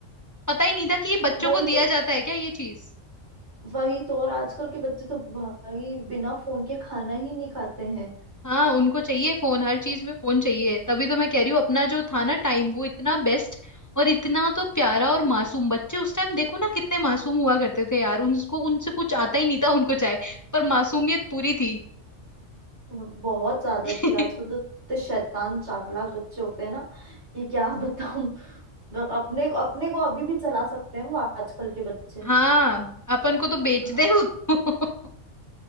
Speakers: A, on the left (about 15°); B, on the right (about 60°).
A: पता ही नहीं था कि ये बच्चों
B: वही
A: को दिया
B: तो
A: जाता है क्या ये चीज
B: वही तो और आजकल के बच्चे तो भाई बिना फोन के खाना ही नहीं खाते हैं
A: हाँ उनको चाहिए फोन हर चीज में फोन चाहिए तभी तो मैं कह रही हूँ अपना जो था ना टाइम वो इतना बेस्ट और इतना तो प्यारा और मासूम बच्चे उस टाइम देखो ना कितने मासूम हुआ करते थे यार उनको उनसे कुछ आता ही नहीं था उनको चाहे पर मासूमियत पूरी थी
B: बहुत ज्यादा
A: <laughs>
B: थी आजकल तो इतने शैतान चालाक बच्चे होते हैं ना कि क्या बताऊं लोग अपने अपने को अभी भी चला सकते हैं वो आजकल के बच्चे
A: हाँ अपन को तो बेच
B: हाँ
A: दे वो <laughs>